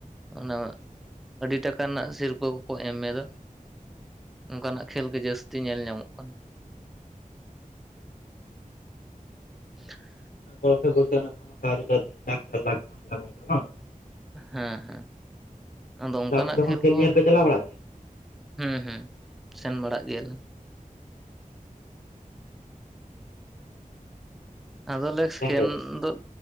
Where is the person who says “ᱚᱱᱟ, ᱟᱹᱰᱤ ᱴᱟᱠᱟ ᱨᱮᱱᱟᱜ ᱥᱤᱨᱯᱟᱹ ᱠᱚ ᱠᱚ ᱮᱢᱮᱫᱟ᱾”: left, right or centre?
Centre